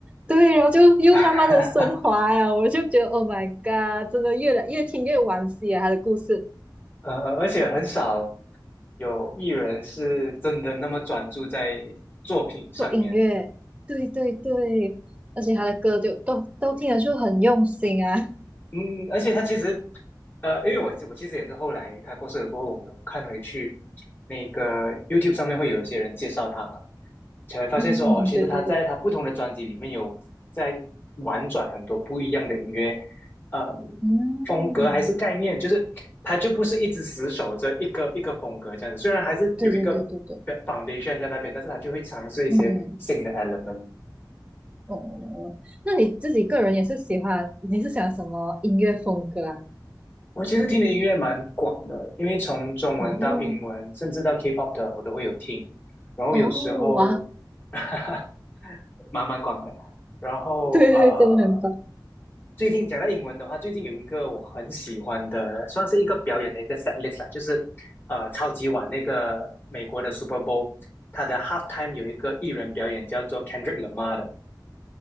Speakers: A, on the right (about 15°); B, on the left (about 30°).
A: 对，然后就又慢慢的升华呀，
B: <laughs>
A: 我就觉得 Oh my God，真的越来越听越惋惜啊，他的故事。
B: 呃呃，而且很少有艺人是真的那么专注在作品上面。
A: 做音乐，对对对，而且他的歌就都都听得出很用心啊。
B: 嗯，嗯而且他其实，呃，因为我我其实也是后来他过世了过后，我们有看回去那个 YouTube 上面会有一些人介绍他嘛，才会发现说，
A: 嗯，嗯嗯对对对，
B: 哦，其实他在他不同的专辑里面有在玩转很多不一样的音乐，嗯，
A: 嗯，
B: 风格还是概念，就是他就不是一直死守着一个一个风格这样子。虽然还是有一个
A: 对对对对对，
B: foundation 在那边，但是他就会尝试一些新的
A: 嗯，
B: element。
A: 哦，哦哦那你自己个人也是喜欢，你是喜欢什么音乐风格啊？
B: 我其实听的音乐蛮广的，因为从中文到英文，
A: 哦
B: 甚至到 K-pop 的我都会有听，然后有时候
A: 哦，哇，
B: <laughs> 蛮蛮广的，然后呃。
A: <laughs> 对对对，真的很棒。
B: 最近讲到英文的话，最近有一个我很喜欢的，算是一个表演的一个 set list 啦，就是呃，超级碗那个美国的 Super Bowl，它的 halftime 有一个艺人表演叫做 Kendrick Lamar 的，